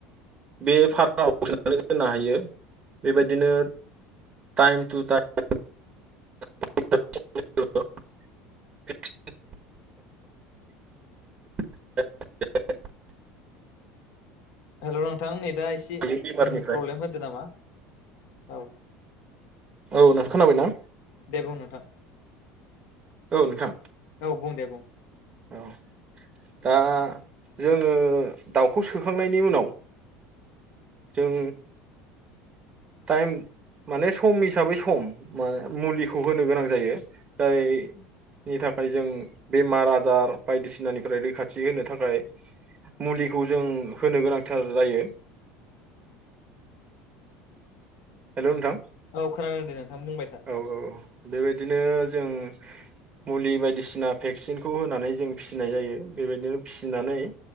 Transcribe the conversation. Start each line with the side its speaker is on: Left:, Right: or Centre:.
Right: बे फार्माव फैनानै दोननो हायो बेबायदिनो टाइम टु टाइम <unintelligible> <unintelligible>
Left: हेल' नोंथांनि दा एसे
Right: बेमारनिफ्राय
Left: प्रब्लेम होदो नामा? औ।
Right: औ नों खोनाबाय ना?
Left: दे बुं नथां
Right: औ नोंथां
Left: औ बुं दे बुं।
Right: औ दा जोङो दाउखौ सोखांनायनि उनाव जों टाइम माने सम हिसाबै सम म मुलिखौ होनो गोनां जायो जायनि थाखाय जों बेमार आजार बायदिसिनानिफ्राय रैखाथि होनो थाखाय मुलिखौ जों होनो गोनांथार जायो हेलौ नोंथां
Left: औ खोनादों दे नोंथां बुंबाय था
Right: औ औ बेबायदिनो जों मुलि बायदिसिना भेक्सिनखौ होनानै जों फिसिनाय जायो बेबायदिनो फिसिनानै